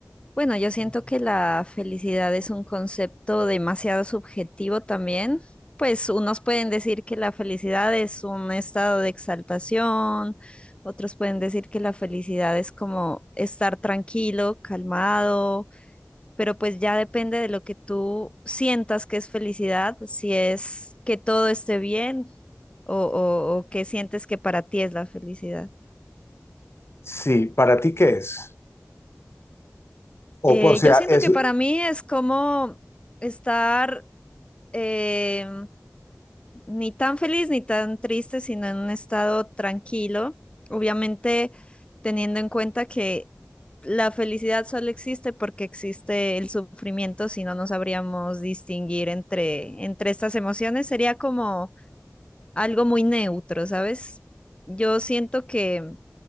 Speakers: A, on the left (about 25°); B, on the left (about 60°).
A: Bueno, yo siento que la felicidad es un concepto demasiado subjetivo también. Pues unos pueden decir que la felicidad es un estado de exaltación, otros pueden decir que la felicidad es como estar tranquilo, calmado, pero pues ya depende de lo que tú sientas que es felicidad, si es que todo esté bien o, o o que sientes que para ti es la felicidad.
B: Sí, ¿para ti qué es?
A: Eh,
B: O, por- o
A: yo
B: sea,
A: siento
B: eso
A: que para mí es como estar eh, ni tan feliz ni tan triste, sino en un estado tranquilo. Obviamente teniendo en cuenta que la felicidad solo existe porque existe el sufrimiento, si no, no sabríamos distinguir entre, entre estas emociones. Sería como algo muy neutro, ¿sabes? Yo siento que